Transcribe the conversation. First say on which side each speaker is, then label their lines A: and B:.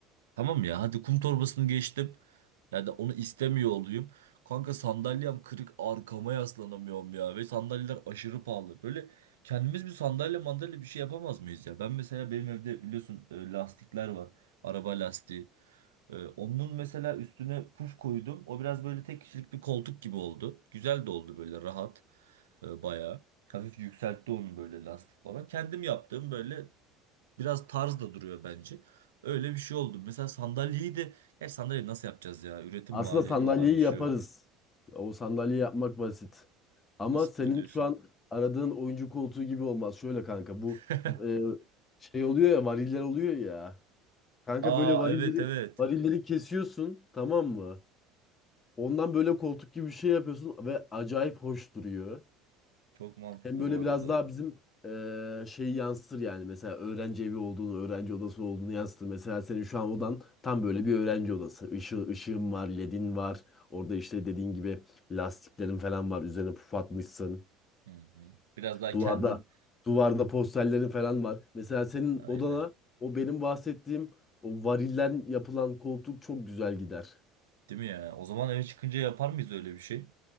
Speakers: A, on the right; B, on the left.
A: Tamam ya hadi kum torbasını geçtim. Ya da onu istemiyor olayım. Kanka sandalyem kırık arkama yaslanamıyorum ya. Ve sandalyeler aşırı pahalı. Böyle kendimiz bir sandalye mandalye bir şey yapamaz mıyız ya? Ben mesela benim evde biliyorsun e, lastikler var. Araba lastiği. E, Onun mesela üstüne puf koydum. O biraz böyle tek kişilik bir koltuk gibi oldu. Güzel de oldu böyle rahat. e, Bayağı. Hafif yükseltti onu böyle lastik falan. Kendim yaptığım böyle Biraz tarz da duruyor bence. Öyle bir şey oldu. Mesela sandalyeyi de... Ya sandalyeyi nasıl yapacağız ya? Üretim
B: Aslında
A: maliyeti
B: sandalyeyi
A: olan bir şey.
B: yaparız.
A: o.
B: O sandalye yapmak basit. Ama
A: Basit
B: senin
A: mi diyorsun?
B: şu an aradığın oyuncu koltuğu gibi olmaz. Şöyle kanka bu
A: <laughs>
B: e, şey oluyor ya variller oluyor ya. Kanka
A: Aa
B: böyle varilleri
A: evet evet.
B: varilleri kesiyorsun tamam mı? Ondan böyle koltuk gibi bir şey yapıyorsun ve acayip hoş duruyor.
A: Çok mantıklı
B: Hem böyle
A: bu arada.
B: biraz daha bizim eee şeyi yansıtır yani. Mesela öğrenci evi olduğunu, öğrenci odası olduğunu yansıtır. Mesela senin şu an odan tam böyle bir öğrenci odası. Işı, ışığın var, ledin var. Orada işte dediğin gibi lastiklerin falan var. Üzerine puf atmışsın.
A: Hı hı. Biraz daha
B: Duvarda
A: kendin...
B: duvarda posterlerin falan var. Mesela senin
A: Aynen.
B: odana o benim bahsettiğim o varilden yapılan koltuk çok güzel gider.
A: Değil mi ya? O zaman eve çıkınca yapar mıyız öyle bir şey?